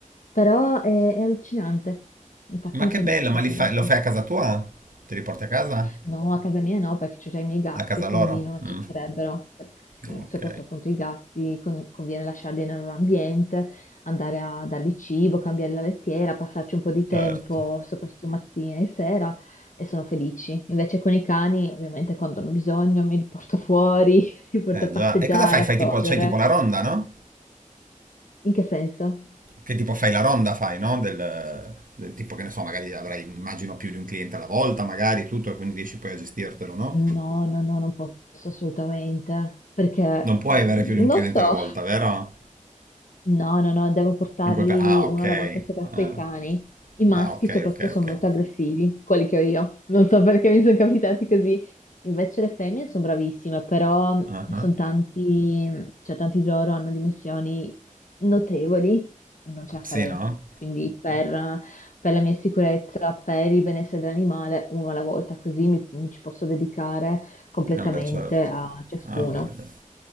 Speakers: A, on the left (about 70°); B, on the right (about 90°).
A: però è, è allucinante. Infatti
B: Ma
A: mi
B: che
A: sono
B: bello,
A: detta,
B: ma
A: senti,
B: li fai- lo fai a casa tua? Ti riporti a casa?
A: No, a casa mia no, perché c'ho già i miei gatti,
B: A casa
A: quindi
B: loro?
A: non accetterebbero.
B: Mm,
A: Sì,
B: ok,
A: soprattutto appunto i gatti, con- conviene lasciarli nel loro ambiente, andare a dargli cibo, cambiare la lettiera, passarci un po' di tempo,
B: certo.
A: soprattutto mattina e sera, e sono felici. Invece con i cani, ovviamente, quando hanno bisogno, mi li porto fuori, <laughs> li porto
B: Eh
A: a passeggiare,
B: già. E cosa fai? Fai
A: a correre.
B: tipo, c'hai tipo la ronda, no?
A: In che senso?
B: Che tipo fai la ronda, fai, no? Del, del tipo che ne so, magari avrai, immagino, più di un cliente alla volta, magari e tutto, e quindi riesci poi a gestirtelo, no?
A: No, no, no, non posso assolutamente, perché
B: Non puoi
A: mm,
B: avere più di un
A: non
B: cliente
A: so,
B: alla volta, vero?
A: No, no, no, devo portarli
B: In quel pa- ah,
A: uno
B: ok.
A: alla volta, soprattutto
B: Ah,
A: i cani. I maschi
B: ah, ok,
A: soprattutto
B: ok,
A: sono
B: ok.
A: molto aggressivi, quelli che ho io. Non so perché mi sono capitati così. Invece le femmine sono bravissime, però
B: Ah,
A: sono tanti, cioè tanti di loro hanno dimensioni notevoli e non ce la
B: Sì,
A: farei.
B: no?
A: Quindi per, per la mia sicurezza, per il benessere dell'animale, uno alla volta, così mi, mi ci posso dedicare completamente
B: Eh beh, certo.
A: a ciascuno.
B: Ah, bene, bene.